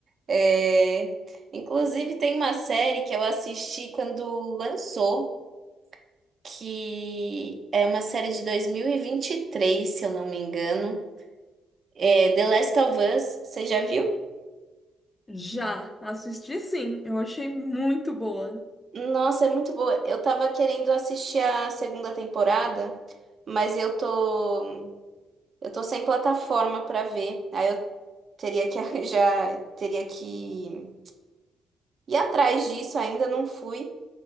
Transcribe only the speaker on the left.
Já assisti sim, eu achei muito boa.